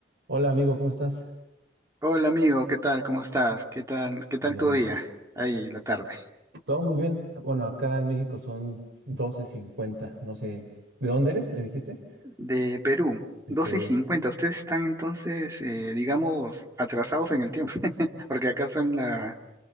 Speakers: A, on the right; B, on the right.
A: Hola amigo, ¿cómo estás?
B: Hola amigo, ¿qué tal? ¿Cómo estás? ¿Qué tal? ¿Qué tal
A: Bien,
B: tu
A: bien.
B: día? Ahí, la tarde.
A: Todo muy bien. Bueno, acá en México son doce cincuenta. No sé, ¿de dónde eres? ¿Me dijiste?
B: De Perú,
A: De
B: 12
A: Perú.
B: y 50. Ustedes están entonces, eh, digamos, atrasados en el tiempo, <laughs> porque acá son la-